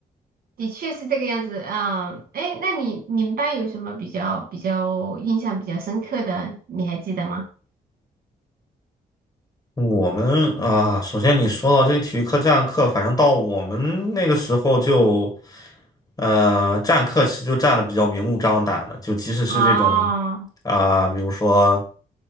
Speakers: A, on the right; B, on the left.
A: 的确是这个样子，嗯，哎，那你你们班有什么比较比较印象比较深刻的，你还记得吗？
B: 我们啊，首先你说到这个体育课占课，反正到我们那个时候就，呃，占课其实就占的比较明目张胆了，就即使是这种
A: 哦
B: 啊、比如说